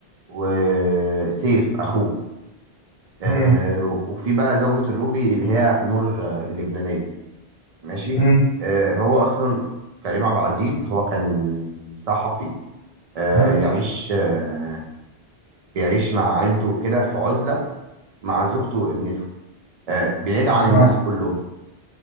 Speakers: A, on the right (about 45°); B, on the left (about 75°).
A: وسيف اخوه آه،
B: امم
A: وفي بقى زوجة الروبي اللي هي نور آه، اللبنانية ماشي
B: امم
A: آه، هو اصلا كريم عبد العزيز هو كان صحفي آه،
B: امم
A: يعيش آه، بيعيش مع عيلته كده في عزلة مع زوجته وابنته آه، بعيد عن الناس
B: اه
A: كلهم